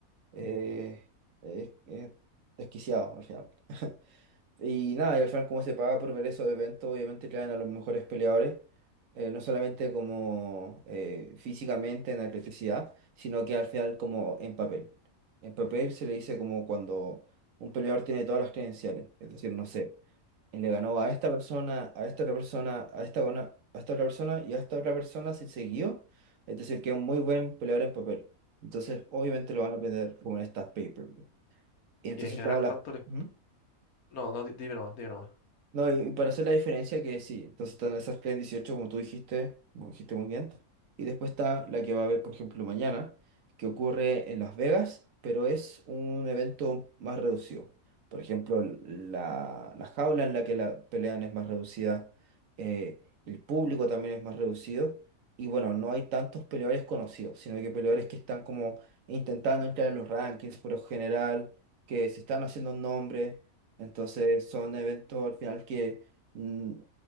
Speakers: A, on the right; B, on the left.
A: eh, es- es desquiciado al final. <laughs> Y nada, y al final como se paga por ver esos eventos, obviamente traen a los mejores peleadores, eh, no solamente como eh, físicamente en atleticidad, sino que al final como en papel. En papel se le dice como cuando un peleador tiene todas las credenciales, es decir, no sé, le ganó a esta persona, a esta otra persona, a esta, una- a esta otra persona y a esta otra persona se siguió, es decir, que es un muy buen peleador en papel. Entonces, obviamente lo van a aprender como en estas pay-per-view. Y entonces
B: y en general,
A: tengo las...
B: ¿cuánto les...
A: ¿Mm?
B: No, no, di- dime nomás, dime nomás.
A: No, y y para hacer la diferencia que sí, entonces están esas Play 18 como tú dijiste, como dijiste muy bien, y después está la que va a haber, por ejemplo, mañana, que ocurre en Las Vegas, pero es un evento más reducido. Por ejemplo, la, la jaula en la que la pelean es más reducida, eh, el público también es más reducido, y bueno, no hay tantos peleadores conocidos, sino que peleadores que están como intentando entrar en los rankings por lo general, que se están haciendo un nombre. Entonces son eventos al final que, mm,